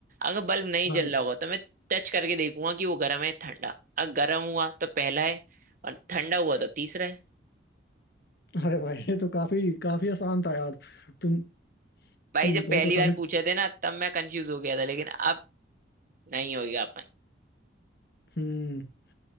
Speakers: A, on the right (about 45°); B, on the left (about 55°).
A: अगर बल्ब नहीं
B: हाँ
A: जल रहा होगा तो मैं टच करके देखूंगा कि वो गर्म है या ठंडा अगर गर्म हुआ तो पहला है और ठंडा हुआ तो तीसरा है
B: अरे भाई ये तो काफी काफी आसान था यार तुम
A: भाई
B: तुम
A: जब
B: बहुत
A: पहली
B: आसानी
A: बार
B: से
A: पूछे थे ना तब मैं कंफ्यूज हो गया था लेकिन अब नहीं होगा अपन
B: हम्म